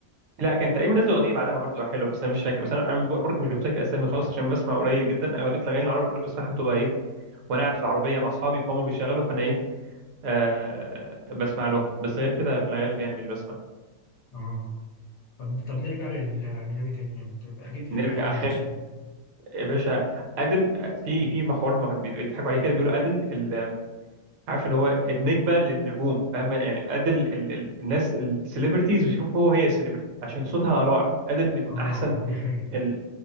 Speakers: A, on the right; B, on the left.
A: لا كان تقريبا نزل اغنيه بعدها برضو حلوه بس انا مش فاكر بس انا انا بقول لك مش بفتكر اسامي خالص عشان بسمع قليل جدا اغلبيه الاغاني العربيه بقول لك بسمعها بتبقى ايه وانا قاعد في العربيه مع اصحابي فهم بيشغلوا فانا ايه آه بسمع لهم بس غير كده في الغالب يعني مش بسمع
B: اه طب طب نرجع للاجنبي تاني يعني أنت اكيد بتحب
A: نرجع
B: ادل
A: <laughs>
B: مثلا
A: يا باشا عادل في في محور مح- بيضحكوا عليه كده بيقولوا عادل ال- عارف اللي هو النجمه للنجوم فاهم يعني عادل ال- ال- الناس السليبرتيز بيشوفوا هو هي سليبرتي عشان صوتها رائع عادل من
B: اه
A: احسن
B: اه دي حقيقه
A: ال...